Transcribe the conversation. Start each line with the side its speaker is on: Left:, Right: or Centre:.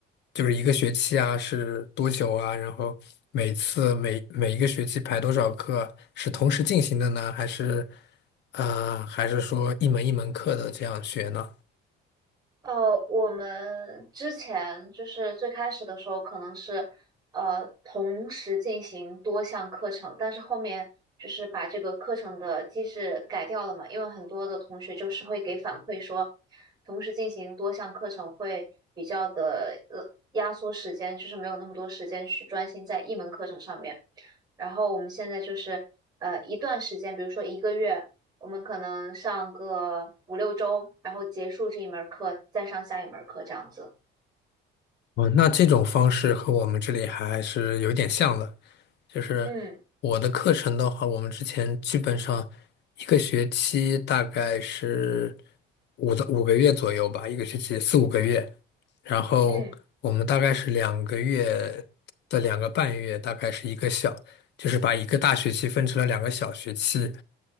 Left: 就是一个学期啊，是多久啊？然后每次每每一个学期排多少课？是同时进行的呢，还是呃，还是说一门一门课的这样学呢？
Right: 呃，我们之前就是最开始的时候，可能是呃同时进行多项课程，但是后面就是把这个课程的机制改掉了嘛，因为很多的同学就是会给反馈说，同时进行多项课程会比较的呃压缩时间，就是没有那么多时间去专心在一门课程上面。然后我们现在就是呃一段时间，比如说一个月。我们可能上个五六周，然后结束这一门课，再上下一门课这样子。
Left: 哦，那这种方式和我们这里还是有点像的，就是
Right: 嗯
Left: 我的课程的话，我们之前基本上一个学期大概是五到五个月左右吧，一个学期四五个月，然后我们大概是两个月的两个半月，
Right: 嗯，
Left: 大概是一个小，就是把一个大学期分成了两个小学期，